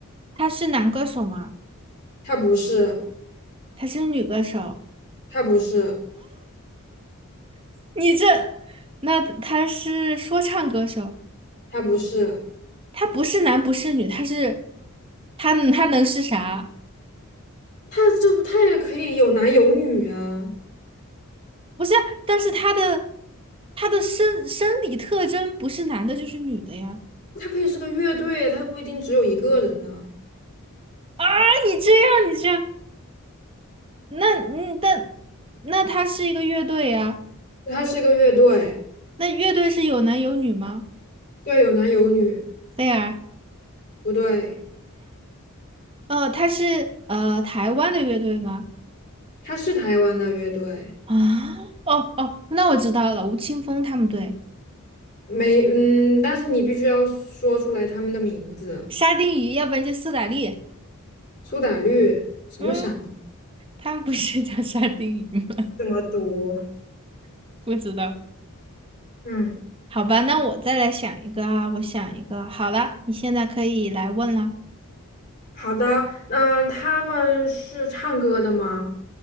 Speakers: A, on the right; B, on the left.
A: 他是男歌手吗？
B: 他不是，
A: 他是女歌手，
B: 他不是，
A: 你这，那他是说唱歌手，
B: 他不是。
A: 他不是男不是女，他是，他他能是啥？
B: 他这他也可以有男有女啊，
A: 不是啊但是他的他的生生理特征不是男的就是女的呀。
B: 他可以是个乐队啊，他不一定只有一个人呢、
A: 啊，你这样你这样，那嗯，但那他是一个乐队呀，
B: 他是个乐队，
A: 那乐队是有男有女吗？
B: 对，有男有女，
A: 菲儿，
B: 不对，
A: 哦，他是呃台湾的乐队吗？
B: 他是台湾的乐队，
A: 啊，哦哦，那我知道了，吴青峰他们队，
B: 没嗯，但是你必须要说出来他们的名字，
A: 沙丁鱼，要不然就苏打绿，
B: 苏打绿，什么傻？
A: 嗯。他们不是叫沙丁鱼吗？
B: 读
A: <laughs> 不知道。
B: 嗯，
A: 好吧，那我再来想一个啊，我想一个。好了，你现在可以来问了。
B: 好的，嗯，他们是唱歌的吗？